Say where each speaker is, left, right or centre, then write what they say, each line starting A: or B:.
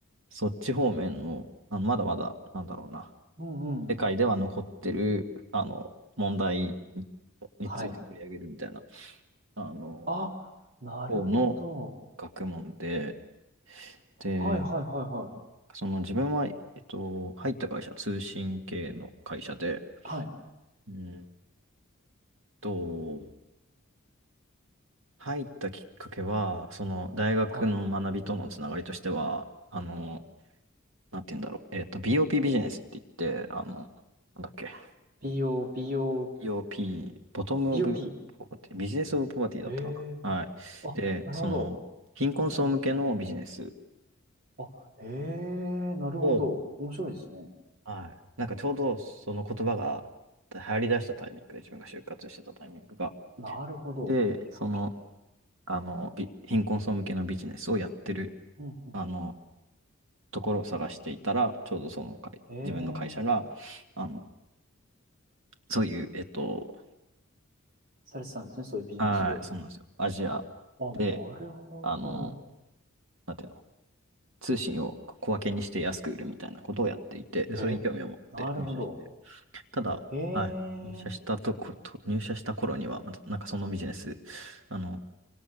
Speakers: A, on the right; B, on the right.
A: そっち方面の、あの、まだまだ、なんだろうな、
B: うんうん。
A: 世界では残ってる、あの、問題にについて取り上げるみたいな、
B: はい。
A: あの、
B: あ、なるほど。
A: 方の学問で、
B: はいはいはい
A: で、その自分は、えっと、入った会社、通信系の会社で、
B: はい。はい。
A: うんと、入ったきっかけは、その、大学の学びとのつながりとしては、
B: はい。
A: あの、なんて言うんだろう、えっと、BOP ビジネスって言って、あの、なんだっけ、
B: BO、BO、
A: BOP、ボトムオブポバティ、
B: BOP。
A: ビジネスオブポバティだったかな。
B: ええ
A: はい。
B: あ、
A: で、
B: なるほど。
A: その、貧困層向けのビジネス
B: 貧困系の。あ、へえ、なるほど。
A: を、
B: 面白いですね。
A: はい。なんかちょうどその言葉が流行り出したタイミングで、自分が就活してたタイミングが。
B: なるほど。
A: で、
B: BOP。
A: その、あの、び貧困層向けのビジネスをやってる、
B: うんうん。
A: あの、ところを探していたら、ちょうどその会、
B: ええ、
A: 自分の会社が、あの、そういう、えっと、
B: されてたんですね。そういうビジネスを。
A: はい、そうなんですよ。アジアで、
B: あ、なるほど。
A: あの、なんていうの通信を小分けにして安く売るみたいなことをやっていて、で、
B: え、
A: それに興味を持って入社して、
B: なるほど。
A: ただ、
B: え
A: はい、入社したとこと、
B: え、
A: 入社した頃には、またなんかそのビジネス、あの、